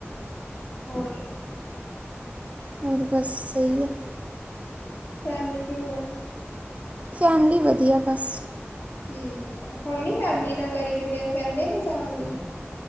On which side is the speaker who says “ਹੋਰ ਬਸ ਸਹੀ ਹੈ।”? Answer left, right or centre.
Right